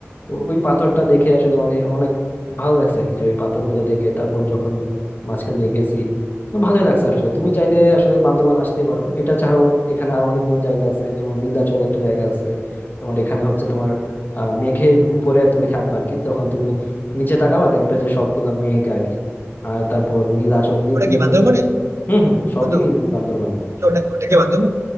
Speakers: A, on the left; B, on the right.
A: তো ওই পাথরটা দেখে আসলে মানে অনেক ভালো লাগছে আর কি যে ওই পাথরগুলো দেখে তারপর যখন মাঝখান দিয়ে গেছি তো ভালোই লাগছে আসলে তুমি চাইলে আসলে বান্দরবান আসতেই পারো এটা ছাড়াও এখানে আরো অনেকগুলো জায়গা আছে যেমন নীলাচল একটা জায়গা আছে তোমার এখানে হচ্ছে তোমার আহ মেঘের উপরে তুমি থাকবা আর কি তখন তুমি নিচে তাকাবা দেখবে যে সবগুলা মেঘ আর কি আর তারপর নীলাচল নীলগিরি
B: ওটা কি বান্দরবনে
A: আছে হুম হুম সবই
B: বন্ধু
A: নীল বান্দরবানে
B: ওটা ওটা কি বান্দরবন